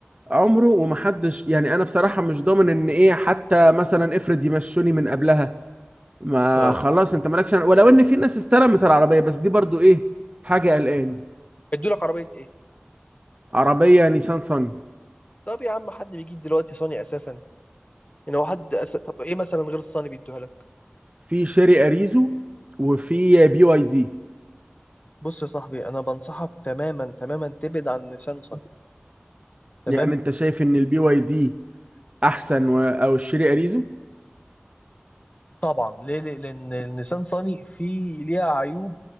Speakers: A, on the right (about 30°); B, on the left (about 35°).
A: عمره ومحدش يعني انا بصراحة مش ضامن ان ايه حتى مثلا افرض يمشوني من قبلها ما
B: اه
A: خلاص
B: طب
A: انت مالكش عن- ولو ان في ناس استلمت العربية بس دي برضو ايه حاجة قلقاني
B: ادوا لك عربيه ايه
A: عربية نيسان صني
B: طب يا عم حد بيجيب دلوقتي صاني اساسا يعني هو حد أس... طب ايه مثلا غير الصاني بيدوها لك
A: في شيري اريزو وفي بي واي دي
B: بص يا صاحبي انا بنصحك تماما تماما تبعد عن نيسان صني تمام
A: يعني انت شايف ان البي واي دي احسن و... او الشيري اريزو
B: طبعا ليه ليه لان النيسان صني فيه ليها عيوب